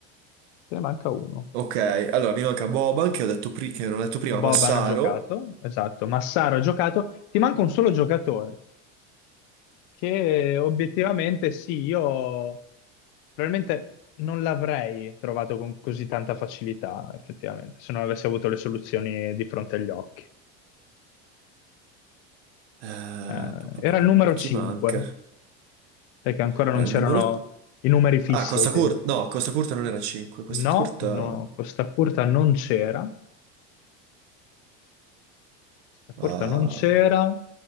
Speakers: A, on the left; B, on the right.
A: te ne manca uno.
B: Ok, allora mi manca Boban che ho detto pri- che non ho detto prima,
A: Boban
B: Massaro,
A: ha giocato, esatto, Massaro ha giocato, ti manca un solo giocatore, che obiettivamente sì, io probabilmente non l'avrei trovato con così tanta facilità, effettivamente, se non avessi avuto le soluzioni di fronte agli occhi.
B: Eh,
A: Eh,
B: pa- pa- pa-
A: era
B: pa-
A: il numero
B: pa-
A: 5,
B: chi manca?
A: perché ancora non
B: Allora,
A: c'erano
B: il numero...
A: i numeri fissi
B: Ah, Costa
A: ai tempi.
B: Curta, no, Costa Curta non era 5, Costa
A: No,
B: Curta...
A: no, Costa Curta non c'era. Costa Curta
B: ah,
A: non c'era.